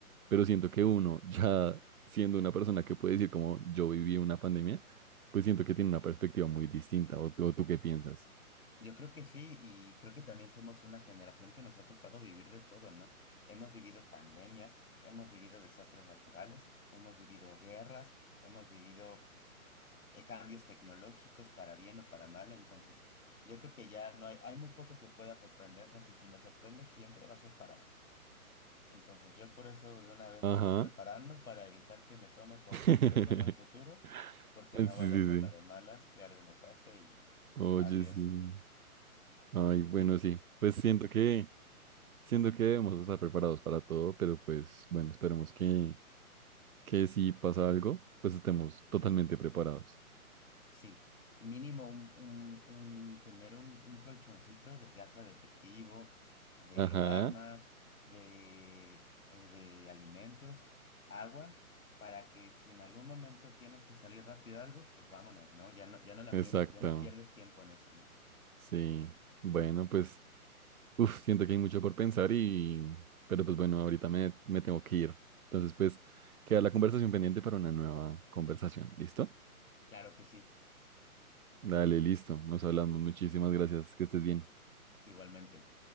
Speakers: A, on the right; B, on the left.
A: Pero siento que uno, <laughs> ya siendo una persona que puede decir como, yo viví una pandemia, pues siento que tiene una perspectiva muy distinta. ¿O, tú- o tú qué piensas?
B: Yo creo que sí, y creo que también somos una generación que nos ha tocado vivir de todo, ¿no? Hemos vivido pandemias, hemos vivido desastres naturales, hemos vivido guerras, hemos vivido eh, cambios tecnológicos para bien o para mal, entonces yo creo que ya no hay, hay muy poco que pueda sorprendernos y si nos sorprende siempre va a ser para mal. Entonces yo por eso de una vez
A: Ajá.
B: me voy preparando para evitar que me tome por
A: <laughs>
B: sorpresa en un futuro, porque
A: Sí,
B: no
A: sí,
B: vaya
A: sí.
B: a ser la de malas, que algo me pase y
A: Oye,
B: adiós.
A: sí. Ay, bueno,
B: ¿Y
A: sí. Pues siento que... Siento que debemos estar preparados para todo, pero pues bueno, esperemos que, que si pasa algo, pues estemos totalmente preparados.
B: Sí, mínimo un, un, un- tener un, un colchoncito de, de hasta de efectivo, de
A: Ajá,
B: armas, de, eh, de alimentos, agua, para que si en algún momento tienes que salir rápido a algo, pues vámonos, ¿no? Ya no, ya no la
A: exacto.
B: piensas, ya no pierdes tiempo en eso, ¿no?
A: Sí. Bueno, pues, uf, siento que hay mucho por pensar y, pero pues bueno, ahorita me, me tengo que ir. Entonces, pues, queda la conversación pendiente para una nueva conversación. ¿Listo?
B: Claro que sí,
A: Dale, listo. Nos hablamos. Muchísimas gracias. Que estés bien.
B: igualmente.